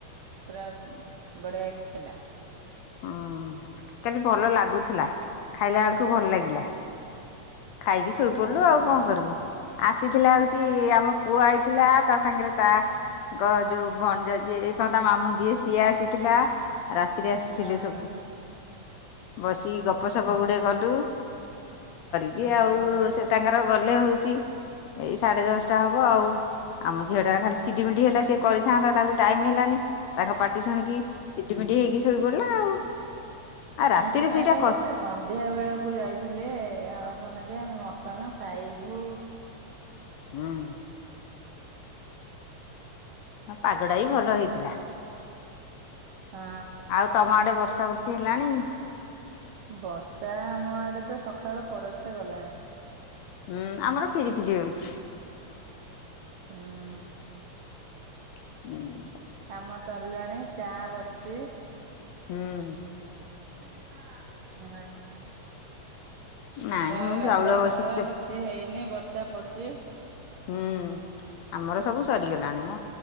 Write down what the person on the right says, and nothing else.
ପୁରା ବଢିଆକି ହେଲା।
ଆଜ୍ଞା
ହଁ
ହଁ
ହଁ।
ଆାଇଁଛପଁ
କାଲେ
ବାସ <unintelligible> ସନ୍ଧ୍ୟା ବେଳକୁ ଯାଇଥିଲେ ହକ ଲାଖେ ଆମେ ମଟନ ଖାଇବୁ।
ହଁ।
ବର୍ଷା ଆମ ଆଡେ ତ ସକାଳୁ ପରସ୍ତେ ଗଲାଣି।
ହଁ।
କାମ ସରିଲାଣି ଚା ବସିଛି।
ହଁ। <unintelligible>
ତ
ଗାଧୁଆ
ପାଧୁଆ
କିଛି ହେଇନି ବର୍ଷା ପଡୁଛି।